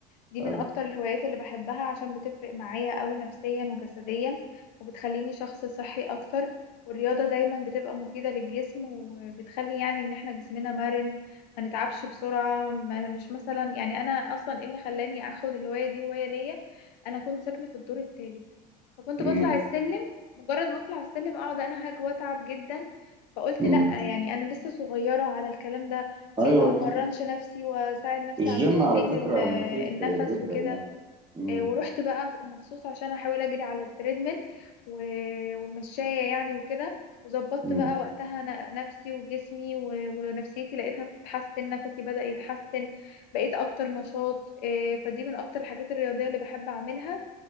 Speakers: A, on the left; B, on the right.
A: دي
B: حلو
A: من اكتر الهوايات اللي بحبها عشان بتفرق معايا قوي نفسيا وجسديا وبتخليني شخص صحي اكتر والرياضة دايما بتبقى مفيدة للجسم وبتخلي يعني ان احنا جسمنا مرن ما نتعبش بسرعة ما مش مثلا يعني انا اصلا ايه اللي خلاني اخد الهواية دي هواية ليا انا كنت ساكنة في الدور الثالث فكنت
B: امم
A: بطلع السلم مجرد ما اطلع السلم اقعد انهج واتعب جدا فقلت
B: امم
A: لا يعني انا لسه صغيرة على الكلام ده ليه
B: ايوه
A: ما
B: لا.
A: مرنش نفسي واساعد نفسي
B: الجيم
A: على تمرين
B: على فكرة
A: ال-
B: مفيد
A: النفس
B: جدا
A: وكده
B: يعني امم
A: آه، ورحت بقى مخصوص عشان احاول اجري على التريدميل و- والمشاية يعني وكده وظبطت
B: امم
A: بقى وقتها ن- نفسي وجسمي و- ونفسيتي لقيتها بتتحسن نفسي بدأ يتحسن بقيت اكتر نشاط آه، فدي من اكتر الحاجات الرياضية اللي بحب اعملها